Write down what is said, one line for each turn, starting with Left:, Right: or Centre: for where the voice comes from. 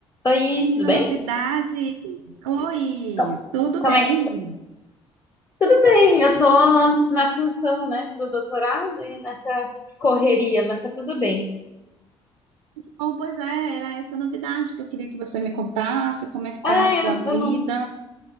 Left: Oi, tudo
Right: Da
Left: bem?
Right: novidade. Oi,
Left: Como
Right: tudo
Left: como
Right: bem?
Left: é que... tá? Tudo bem, eu tô na função, né, do doutorado e nessa correria, mas tá tudo bem.
Right: Bom, pois é, era essa novidade que eu queria que você me contasse, como é que
Left: Ah,
Right: tá a sua
Left: eu,
Right: vida.
Left: eu não...